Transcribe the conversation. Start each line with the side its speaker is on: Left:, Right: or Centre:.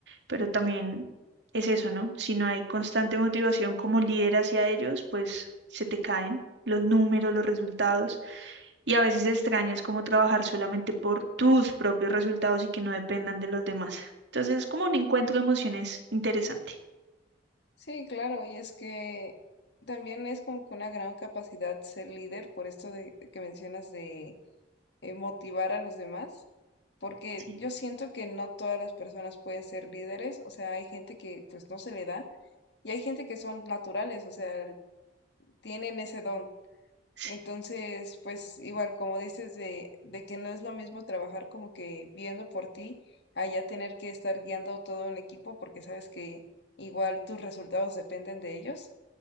Right: pero también es eso, ¿no? Si no hay constante motivación como líder hacia ellos, pues se te caen los números, los resultados y a veces extrañas cómo trabajar solamente por tus propios resultados y que no dependan de los demás. Entonces es como un encuentro de emociones interesante.
Left: Sí, claro, y es que también es como que una gran capacidad ser líder por esto de de que mencionas de eh, motivar a los demás, porque
Right: Sí,
Left: yo siento que no todas las personas pueden ser líderes, o sea, hay gente que pues no se le da y hay gente que son naturales, o sea, tienen ese don.
Right: sí,
Left: Entonces, pues igual como dices de, de que no es lo mismo trabajar como que viendo por ti, a ya tener que estar guiando todo un equipo porque sabes que igual tus resultados dependen de ellos.